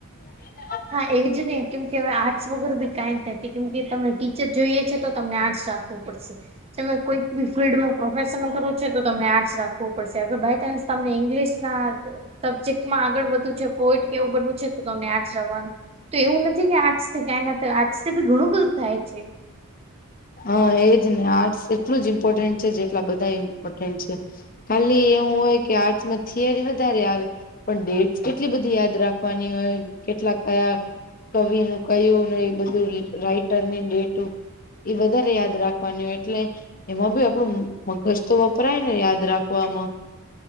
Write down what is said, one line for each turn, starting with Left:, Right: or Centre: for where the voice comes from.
Left: <inaudible>
Right: હા એ જ નહી કેમ કે હવે આર્ટસ વગર બી કઈ જ નથી કેમ કે તમને ટીચર જોઈએ છે તો તમને આર્ટસ રાખ પડશે તમે કોઈક બી ફિલ્ડમાં પ્રોફેશનલ કરવો છે તો તમને આર્ટસ રાખવું પડશે અગર બાય ચાન્સ તમને ઇંગ્લિશ ના સબ્જેક્ટમાં આગળ વધવું છે, પોઈટ કેવું બનવું છે તમને આંચ રવાનું તો એવું નથી કે આજથી ક્યાં ના આજથી ઘણું બધું થાય છે.
Left: હા એજ ને આર્ટસ એટલું જ ઇમ્પોર્ટન્ટ છે જેટલા બધા ઇમ્પોર્ટન્ટ છે. ખાલી એવું હોય કે આર્ટસમાં થિયરી વધારે આવે પણ ડેટ કેટલી બધી યાદ રાખે વાની હોય કેટલા કયા કવિ નું કયું ને એ બધું રાઈટરની ડેટું એ વધારે યાદ રાખવાની હોય એટલે એમાં બી આપડું મગજ તો વપરાય ને યાદ રાખવામાં